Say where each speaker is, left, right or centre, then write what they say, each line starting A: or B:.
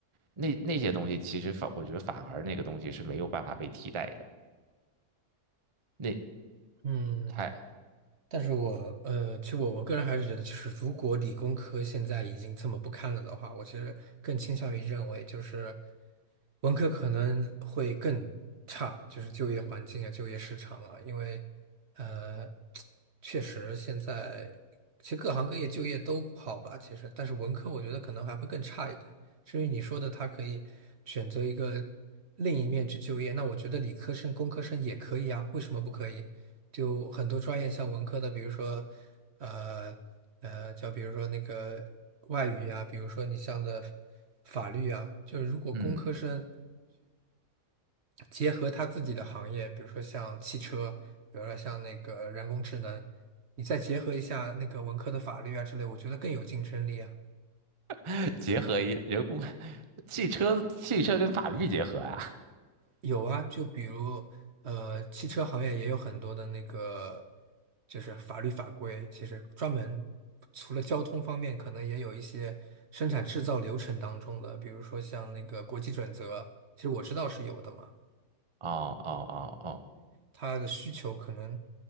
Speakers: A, on the right; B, on the right.
A: 那那些东西其实反我觉得反而那个东西是没有办法被替代的，那
B: 嗯，
A: 还
B: 但是我呃，其实我我个人还是觉得，就是如果理工科现在已经这么不堪了的话，我其实更倾向于认为，就是文科可能会更差，就是就业环境啊、就业市场啊，因为呃，确实现在其实各行各业就业都不好吧，其实，但是文科我觉得可能还会更差一点。至于你说的，他可以选择一个另一面去就业，那我觉得理科生、工科生也可以啊，为什么不可以？就很多专业，像文科的，比如说，呃呃，叫比如说那个外语啊，比如说你像的法律啊，就是如果工科生
A: 嗯，
B: 结合他自己的行业，比如说像汽车，比如说像那个人工智能，你再结合一下那个文科的法律啊之类，我觉得更有竞争力啊。
A: <laughs> 结合一人工汽车汽车跟法律结合啊，
B: 有啊，就比如呃，汽车行业也有很多的那个，就是法律法规，其实专门除了交通方面，可能也有一些生产制造流程当中的，比如说像那个国际准则，其实我知道是有的嘛，
A: 哦哦哦哦。
B: 它的需求可能